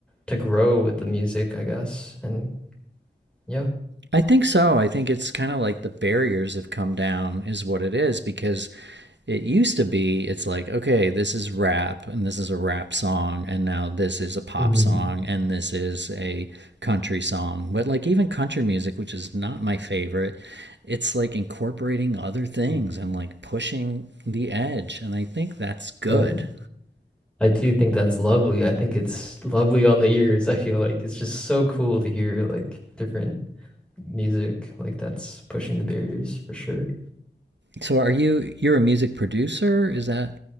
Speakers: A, in the centre; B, on the right (about 85°).
A: to grow with the music, I guess. And yeah.
B: I think so. I think it's kind of like the barriers have come down is what it is because It used to be, it's like, okay, this is rap and this is a rap song, and now this is a pop
A: Mhm.
B: song and this is a country song. But like, even country music, which is not my favorite, it's like incorporating other things
A: mm
B: and like pushing the edge. And I think that's good.
A: Right. I do think that's lovely. I think it's lovely on the ears. <laughs> I feel like it's just so cool to hear like different music like that's pushing the barriers for sure.
B: So, are you, you're a music producer? Is that,